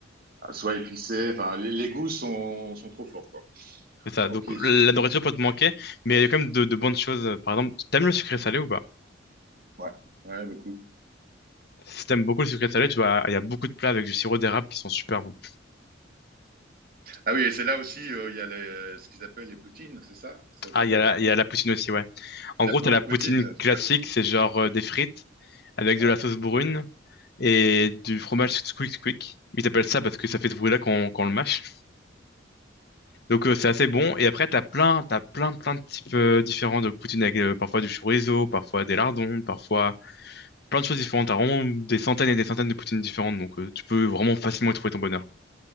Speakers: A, on the right (about 50°); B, on the left (about 55°).
A: soit épicée, enfin les, les goûts sont, sont trop forts quoi.
B: C'est ça.
A: Ok,
B: Donc la nourriture peut te manquer, mais il y a quand même de, de bonnes choses. Par exemple, t'aimes le sucré salé ou pas?
A: ouais, ouais beaucoup.
B: Si t'aimes beaucoup le sucré salé, tu vois, il y a beaucoup de plats avec du sirop d'érable qui sont super bons.
A: Ah oui, et c'est là aussi euh, il y a les, ce qu'ils appellent les poutines, c'est ça? C'est au
B: Ah,
A: Québec?
B: il y a, la- il y a la poutine aussi, ouais. En
A: La,
B: gros,
A: pou-
B: t'as la
A: la poutine,
B: poutine classique,
A: ouais.
B: c'est genre euh, des frites avec
A: Ouais.
B: de la sauce brune et du fromage squeak squeak. Ils appellent ça parce que ça fait ce bruit-là quand, on- quand on le mâche. Donc euh, c'est assez bon. Et après, t'as plein, t'as plein, plein de types euh, différents de poutine avec euh, parfois du chorizo, parfois des lardons, parfois plein de choses différentes. T'as vraiment des centaines et des centaines de poutines différentes. Donc euh, tu peux vraiment facilement y trouver ton bonheur.